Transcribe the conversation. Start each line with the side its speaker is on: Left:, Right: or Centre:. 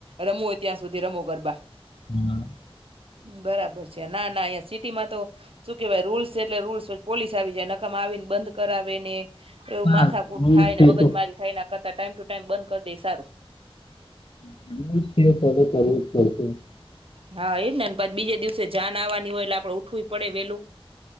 Right: રમવું હોય ત્યાં સુધી રમો ગરબા
Left: હમ્મ, !
Right: બરાબર. ! ના ના અયાં સિટી માં તો કેવાય રૂલ્સ છે. એટલે રૂલ્સ પોલીસ આવી જાય નકામા આવીને બંધ કરાવે ને એવું
Left: હા
Right: માથાકૂટ થાયને,
Left: છે
Right: મગજમારી
Left: તો
Right: થાયને એના કરતાઃ ટાઈમ ટુ ટાઈમ બંધ કરી દે ઈ સારું.
Left: <inaudible>
Right: હા એ જ ને, ને પછી બીજે દિવસે જાન આવવાની હોય, એટલે આપડે ઉઠવુંય પડે વેલું.